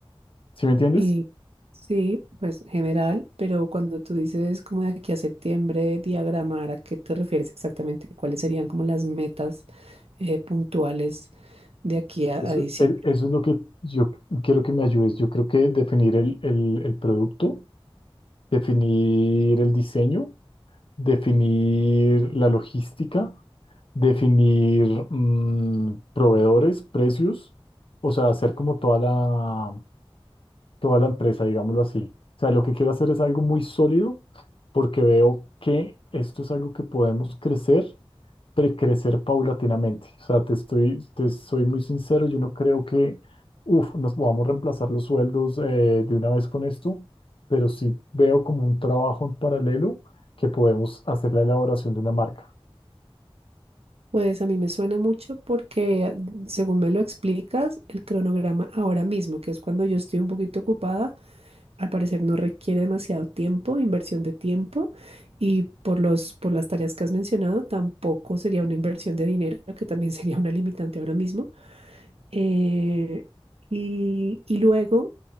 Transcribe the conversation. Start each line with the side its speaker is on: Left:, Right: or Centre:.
Left: ¿Sí me entiendes?
Right: Eh, sí, pues general, pero cuando tú dices como de aquí a septiembre diagramar, ¿a qué te refieres exactamente? ¿Cuáles serían como las metas eh, puntuales de aquí a,
Left: Eso,
Right: a diciembre?
Left: el- eso es lo que yo quiero que me ayudes. Yo creo que definir el, el- el producto, definir el diseño, definir la logística, definir mm, proveedores, precios, o sea, hacer como toda la, toda la empresa, digámoslo así. O sea, lo que quiero hacer es algo muy sólido porque veo que esto es algo que podemos crecer pre- crecer paulatinamente. O sea, te estoy, te soy muy sincero, yo no creo que, uf, nos podamos reemplazar los sueldos eh, de una vez con esto, pero sí veo como un trabajo en paralelo que podemos hacer la elaboración de una marca.
Right: Pues a mí me suena mucho porque, ah, según me lo explicas, el cronograma ahora mismo, que es cuando yo estoy un poquito ocupada, al parecer no requiere demasiado tiempo, inversión de tiempo, y por los, por las tareas que has mencionado, tampoco sería una inversión de dinero, <laughs> que también sería una limitante ahora mismo. Eh, y, y luego,